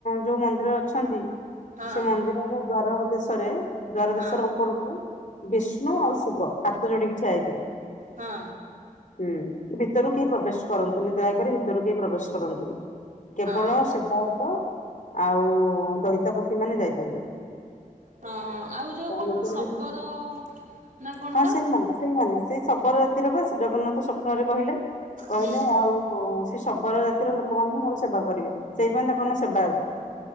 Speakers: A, on the left; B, on the right.
A: ଯୋଉ ମନ୍ଦିର ଅଛନ୍ତି
B: ଆଉ
A: ସେ ମନ୍ଦିରର ଦ୍ଵାର ଦେଶରେ ଦ୍ଵାର
B: ହଁ ହଁ
A: ଦେଶର ଉପରକୁ ବିଷ୍ଣୁ ଆଉ ଶିବ ହାତ ଯୋଡିକି ଠିଆ ହେଇଥିବେ।
B: ହଁ।
A: ହୁଁ ଭିତରୁ କେହି ପ୍ରବେଶ କରନ୍ତୁନି ଦୟାକରି ଭିତରୁ କେହି ପ୍ରବେଶ କରନ୍ତୁନି। କେବଳ
B: ହଁ
A: ସେବାୟତ ଆଉ ଦଇତାପତି ମାନେ ଯାଇପାରିବେ।
B: ହଁ ଆଉ ଯୋଉ
A: ତେଣୁ
B: କଣ
A: ଏପରି
B: ଶବର
A: କିଛି
B: ନା କଣ
A: ହଁ
B: ତ
A: ସେଇମାନେ ସେଇମାନେ ସେଇ ଶବର ଜାତିର ବା ସେ ଜଗନ୍ନାଥ ସ୍ୱପ୍ନରେ କହିଲେ। କହିଲେ
B: ହୁଁ
A: ଆଉ ସେ ଶବର ଜାତିର ଲୋକମାନେ ହିଁ ମୋର ସେବା କରିବେ। ସେଇଥିପାଇଁ ତାଙ୍କ ନାଁ ସେବାୟତ।